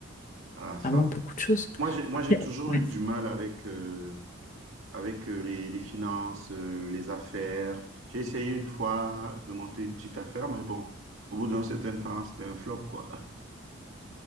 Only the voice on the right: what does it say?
à ça.
Moi, j'ai moi j'ai toujours
eu du mal avec euh, avec euh, les, les finances, euh, les affaires. J'ai essayé une fois de monter une petite affaire, mais bon, au bout d'un certain temps, c'était un flop, quoi.